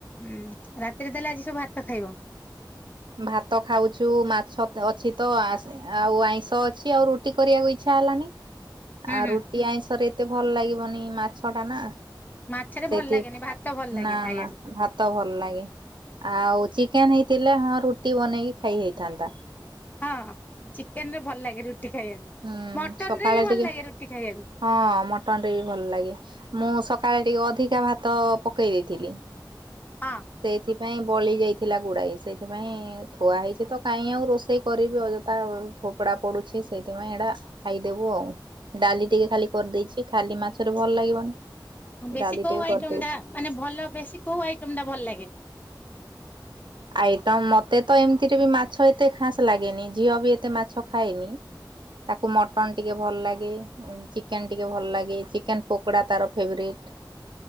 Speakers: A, on the left (about 20°); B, on the right (about 75°).
A: ହୁଁ, ରାତିରେ ତାହେଲେ ଆଜି ସବୁ ଭାତ ଖାଇବ?
B: ଭାତ ଖାଉଛୁ ମାଛ ଅଛି ତ ଆସେ। ଆଉ ଆଇଁଷ ଅଛି ଆଉ ରୁଟି କରିବାକୁ ଇଚ୍ଛା ହେଲାନି।
A: ହୁଁ
B: ଆ,
A: ହୁଁ
B: ରୁଟି ଆଇଁଷ ରେ ଏତେ ଭଲ ଲାଗିବନି ମାଛ ଟା ନା।
A: ମାଛରେ
B: ସେଇଠି
A: ଭଲ ଲାଗେନି ଭାତ ଭଲ ଲାଗେ
B: ନା,
A: ଖାଇବାକୁ
B: ନା ଭା ତ ଭଲ ଲାଗେ, ଆଉ ଚିକେନ୍ ହେଇଥିଲେ ହଁ ରୁଟି ବନେଇକି ଖାଇ ହେଇଥାନ୍ତା‌।
A: ହଁ ଚିକେନ୍ ରେ ଭଲ ଲାଗେ ରୁଟି ଖାଇବାକୁ।
B: ହୁଁ
A: ମଟନ୍
B: ସକାଳେ
A: ରେ ବି ଭଲ
B: ଟିକେ
A: ଲାଗେ ରୁଟି ଖାଇବାକୁ।
B: ହଁ ମଟନ୍ ରେ ବି ଭଲ ଲାଗେ, ମୁଁ ସକାଳେ ଟିକେ ଅଧିକା ଭାତ ପକେଇ ଦେଇଥିଲି।
A: ହଁ।
B: ସେଇଥିପାଇଁ ବଲି ଯାଇଥିଲା ଗୁଡ଼ାଏ ସେଇଥିପାଇଁ ଥୁଆ ହେଇଛି ତ କାଇଁ ଆଉ ରୋଷେଇ କରିବି ଅଯଥା ଆଉ। ଫୋପଡା ପଡୁଚି ସେଇଥିପାଇଁ ଏଟା ଖାଇଦେବୁ ଆଉ। ଡାଲି ଟିକେ ଖାଲି କରିଦେଇଚି ଖାଲି ମାଛରେ ଭଲ ଲାଗିବନି।
A: ହଁ ବେଶୀ
B: ଡାଲି
A: କଉ
B: ଟିକେ
A: ଆଇଟମ୍
B: କରିଦେଇଛି।
A: ଟା ମାନେ ଭଲ ବେଶୀ କଉ ଆଇଟମ୍ ଟା ଭଲ ଲାଗେ?
B: ଆଇଟମ୍ ମତେ ତ ଏମିତିରେ ବି ମାଛ ଏତେ ଖାସ୍ ଲାଗେନି ଝିଅ ବି ଏତେ ମାଛ ଖାଏନି। ତାକୁ ମଟନ୍ ଟିକେ ଭଲ୍ ଲାଗେ। ଚିକେନ୍ ଟିକେ ଭଲ ଲାଗେ ଚିକେନ୍ ପକୋଡ଼ା ତାର ଫେବରଇଟ୍।